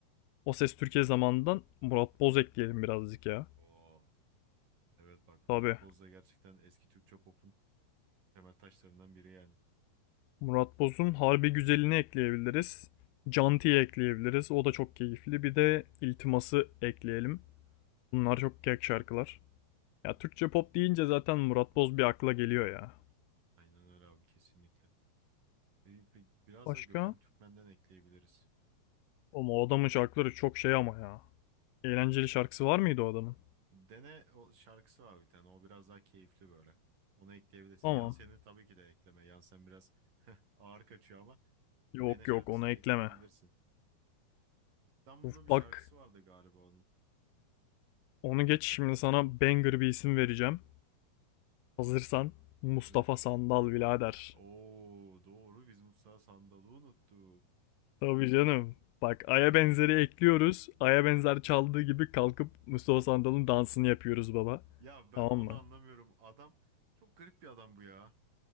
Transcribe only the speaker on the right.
Oo. Evet bak Murat
Boz da gerçekten eski Türkçe pop'un temel taşlarından biri yani.
Aynen öyle abi kesinlikle. E, pe- Biraz
da Gökhan Türkmen'den ekleyebiliriz.
Dene o şarkısı var bir tane. O biraz daha keyifli böyle. Onu ekleyebilirsin.
Yansen'i tabii ki de ekleme. Yansen biraz <laughs> ağır kaçıyor ama
Dene şarkısını
ekleyebilirsin. İstanbul'da
bir şarkısı
vardı galiba onun.
Ver.
Oo doğru biz Musa Sandal'ı unuttuk.
<laughs>
Ya ben
onu
anlamıyorum. Adam çok garip bir adam bu ya.